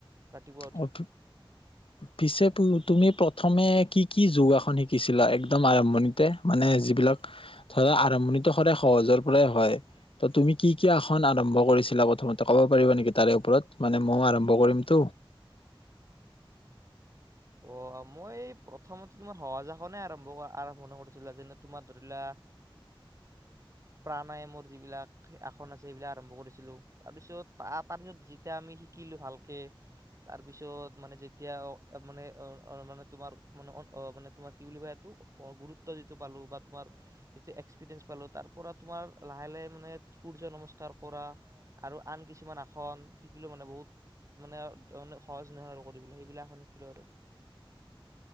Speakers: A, on the right; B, on the left.
A: ৰাতিপুৱা উঠি
B: অ' পিছে তুমি প্ৰথমে কি কি যোগাসন শিকিছিলা একদম আৰম্ভণিত মানে যিবিলাক ধৰা আৰম্ভণিতো সদায় সহজৰ পৰাই হয় ত তুমি কি কি এখন আৰম্ভ কৰিছিলা। প্ৰথমতে ক'ব পাৰিবা নেকি। তাৰে ওপৰত মানে ময়ো আৰম্ভ কৰিম। ত
A: অ' মই এই প্ৰথমতে তোমাৰ সহজ আসনে আৰম্ভ আৰম্ভনি কৰিছিলো। যেনে তোমাৰ ধৰিলোৱা প্ৰাণায়ামৰ যিবিলাক আসন আছে সেইবিলাক আৰম্ভ কৰিছিলো তাৰপিছত তাৰপিছত যেতিয়া আমি শিকিলো ভালকে তাৰপিছত মানে যেতিয়া মানে। মানে তোমাৰ মানে তোমাৰ কি বুলি কয় এইটো গুৰুত্ব যিটো পালো বা তোমাৰ যিটো এক্সপিৰিয়েঞ্চ পালো তাৰ পৰা তোমাৰ লাহে লাহে মানে সূৰ্য নমস্কাৰ কৰা আৰু আন কিছুমান আসন শিকিলো মানে বহুত মানে সহজ নহয় আৰু কৰিবলৈ সেইবিলাক আসন শিকিলো আৰু।